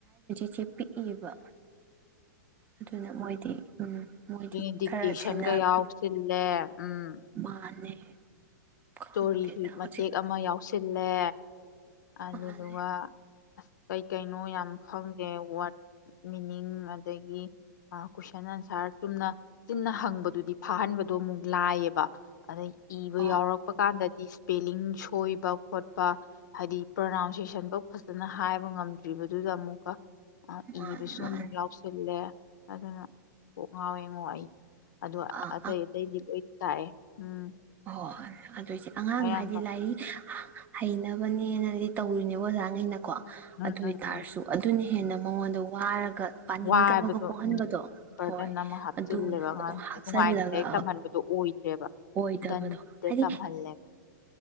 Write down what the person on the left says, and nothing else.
ꯑꯗꯨꯒꯤ ꯗꯤꯛꯇꯦꯁꯟꯒ
ꯌꯥꯎꯁꯤꯜꯂꯦ ꯎꯝ
ꯏꯁꯇꯣꯔꯤꯒꯤ
ꯃꯇꯦꯛ
ꯑꯃ ꯌꯥꯎꯁꯤꯜꯂꯦ ꯑꯗꯨꯗꯨꯒꯥ
ꯑꯁ ꯀꯩ ꯀꯩꯅꯣ ꯌꯥꯝ ꯈꯪꯗꯦ ꯋꯥꯔꯗ ꯃꯤꯅꯤꯡ ꯑꯗꯒꯤ ꯀꯣꯏꯁꯟ ꯑꯟꯁꯥꯔ ꯆꯨꯝꯅ ꯆꯤꯟꯅ ꯍꯪꯕꯗꯨꯗꯤ ꯐꯥꯍꯟꯕꯗꯣ ꯑꯃꯨꯛ ꯂꯥꯏꯌꯦꯕ ꯑꯗꯩ ꯏꯕ
ꯌꯥꯎꯔꯛꯄ ꯀꯥꯟꯗꯗꯤ ꯏꯁꯄꯦꯂꯤꯡ ꯁꯣꯏꯕ ꯈꯣꯠꯄ ꯍꯥꯏꯗꯤ ꯄ꯭ꯔꯅꯥꯎꯟꯁꯦꯁꯟꯐꯧ ꯐꯖꯅ ꯍꯥꯏꯕ ꯉꯝꯗ꯭ꯔꯤꯕꯗꯨꯗ ꯑꯃꯨꯛꯀ
ꯏꯕꯁꯨ
ꯑꯃꯨꯛ ꯌꯥꯎꯁꯜꯂꯦ ꯑꯗꯨꯅ ꯀꯣꯛ ꯉꯥꯎꯋꯤꯉꯣ ꯑꯩ ꯑꯗꯣ
ꯑꯇꯩ ꯑꯇꯩꯗꯤ ꯂꯣꯏ ꯇꯥꯛꯑꯦ ꯎꯝ
ꯑꯌꯥꯝꯕ
ꯎꯝ
ꯎꯝ
ꯎꯝ
ꯋꯥꯕꯗꯣ
ꯕꯔꯗꯟ
ꯑꯃ ꯍꯥꯞꯆꯤꯜꯂꯦꯕ
ꯑꯉꯥꯡꯁꯤꯡꯗ
ꯅꯨꯡꯉꯥꯏꯅ ꯂꯔꯤꯛ ꯇꯝꯍꯟꯕꯗꯣ ꯑꯣꯏꯗ꯭ꯔꯦꯕ
ꯗꯟꯗ
ꯇꯝꯍꯜꯂꯦꯕ